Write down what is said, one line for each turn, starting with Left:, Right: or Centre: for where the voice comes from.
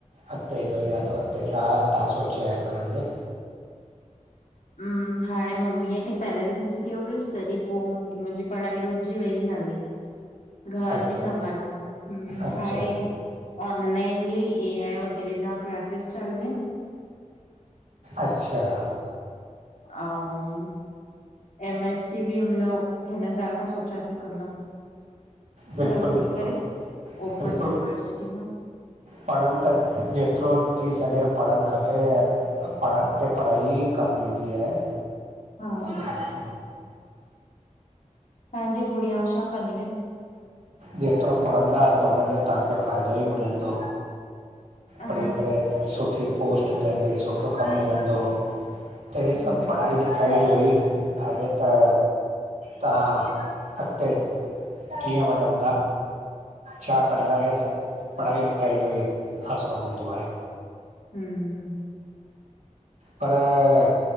Right: अॻिते जो इरादो अॻिते छा तवां सोचियो आहे करण जो।
Left: हम। हाणे मम्मीअ खे पैरालिसिस थीयो हुयसि तॾहिं पोइ मुंहिंजी पढ़ाई रुकजी वई हाली। घर
Right: अच्छा
Left: ती सभाला हम
Right: अच्छा
Left: हाणे। ऑनलाइन इह ई ए आई वग़ैरह जा क्लासिस चालू आहिनि।
Right: अच्छा।
Left: ऐं। एम एस सी बि हिन साल खां सोचां थी कंदमि।
Right: बिल्कुलु
Left: घर वई
Right: बिल्कुलु
Left: करे ओपन
Right: बिल्कुलु
Left: यूनिवर्सिटी मां।
Right: पढ़नि त जेतिरो थी सघे पढ़णु खपे ऐं। पढ़ा ते पढ़ाई कमी ईंद आहे।
Left: हा।
Right: ार <unintelligible>
Left: पंहिंजी गुड़िया सां कंदियूं आहिनि।
Right: जेतिरो पढ़ंदा त हुनजो तव्हांखे फ़ाइदो ई मिलंदो।
Left: हा,
Right: पढ़ी करे सुठी पोस्ट मिलंदी सुठो कमु मिलंदो। त ह
Left: हम्म,
Right: सभु पढ़ाई लिखाई जो ई आहे त। तव्हां अॻिते कीअं वञांदा। छा कंदा इ सभु पढ़ाई लिखाई जो ई आसिरो हूंदो आ।
Left: <inaudible>
Right: पर अ